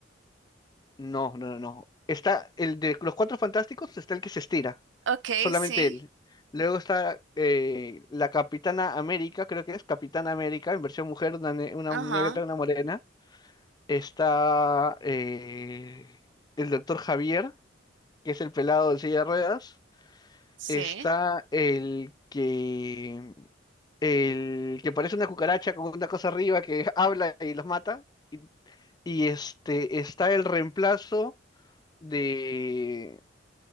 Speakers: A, on the left (about 20°); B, on the right (about 75°).
A: no, no, no, no. Está el de los cuatro fantásticos, está el que se estira,
B: Ok,
A: solamente
B: sí.
A: él. Luego está eh, la Capitana América, creo que es Capitana América, en versión mujer, una, ne- una
B: Ajá,
A: negra, una morena. está eh, el doctor Javier, que es el pelado de silla de ruedas,
B: sí.
A: está el que el que parece una cucaracha con una cosa arriba que <laughs> habla y los mata, y este está el reemplazo de